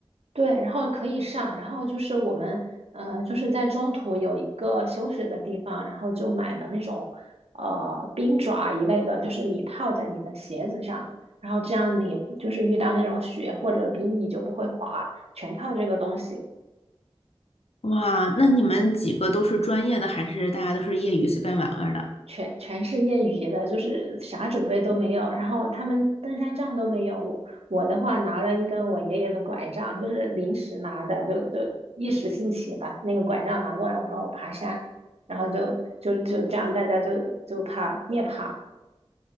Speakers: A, on the right; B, on the left.
A: 对，然后可以上，然后就是我们，嗯，就是在中途有一个休息的地方，然后就买了那种，呃，冰爪一类的，就是你套在你的鞋子上，然后这样你就是遇到那种雪或者冰，你就不会滑，全靠这个东西。
B: 哇，那你们几个都是专业的，还是大家都是业余随便玩玩的？
A: 全全是业余的，就是啥准备都没有。然后他们登山杖都没有，我我的话拿了一根我爷爷的拐杖，就是临时拿的，就就一时兴起把那个拐杖拿过来，我说我爬山，然后就就就这样，大家就就爬夜爬。